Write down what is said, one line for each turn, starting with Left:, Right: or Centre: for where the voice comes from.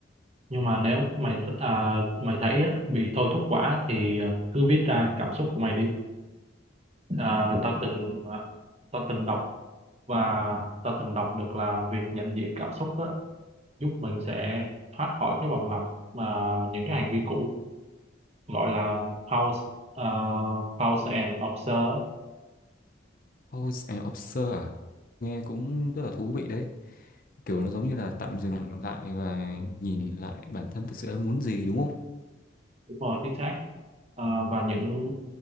Right: nhưng mà nếu mày à, mày thấy á, bị thôi thúc quá thì à, cứ viết ra cảm xúc của mày đi à, ta từng à, ta từng đọc và ta từng đọc được là việc nhận diện cảm xúc á, giúp mình sẽ thoát khỏi cái vòng lặp mà những cái hành vi cũ gọi là pause à, pause and observe
Left: House and Observer à nghe cũng rất là thú vị đấy kiểu nó giống như là tạm dừng lại và nhìn lại bản thân thật sự em muốn gì đúng không
Right: đúng rồi chính xác À, và những